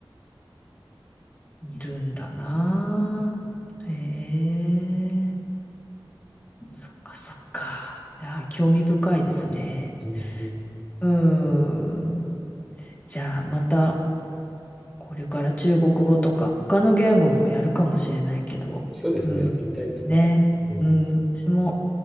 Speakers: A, on the left; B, in the centre.
A: いるんだな。へえ。そっかそっか。いや、興味深いですね。
B: うんうん。
A: うーん。じゃあまたこれから中国語とか他の言語もやるかもしれないけど、
B: そうですね。
A: うん、
B: やってみたいですね。
A: ね、
B: うん。
A: うん、私も